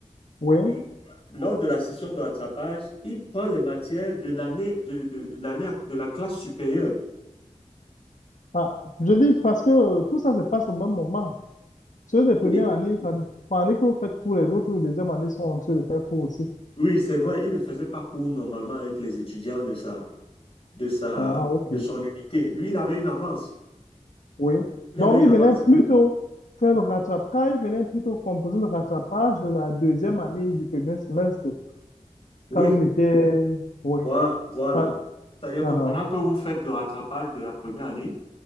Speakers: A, on the left; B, on the left.
A: Oui.
B: il- lors de la session de rattrapage, il prend les matières de l'année de, de, de l'année de la classe supérieure.
A: Ah, je dis parce que euh, tout ça se passe au même moment. Ceux des premières
B: Oui,
A: années, quand- pendant que vous faites cours, les autres les deuxième année sont en train de faire cours aussi.
B: oui, c'est vrai, il ne faisait pas cours normalement avec les étudiants de sa, de sa,
A: Ah, ok.
B: de son unité. Lui, il avait une avance.
A: Oui.
B: Il
A: Donc,
B: avait une
A: il
B: avance.
A: venait plutôt faire le rattrapage. Quand il venait plutôt composer le rattrapage de la deuxième année du premier semestre,
B: Oui.
A: quand il était. Oui.
B: voi- Voilà.
A: Ah,
B: C'est-à-dire
A: ah,
B: que
A: ah.
B: pendant que vous faites le rattrapage de la première année,